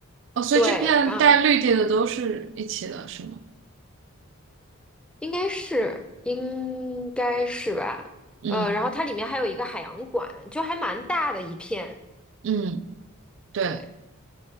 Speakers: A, on the right (about 55°); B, in the centre.
A: 哦，所以这片带绿地的都是一起的，
B: 对，啊，
A: 是吗？
B: 应该是应该是吧。
A: 嗯
B: 呃，然后它里面还有一个海洋馆，就还蛮大的一片。
A: 嗯，对。
B: 对，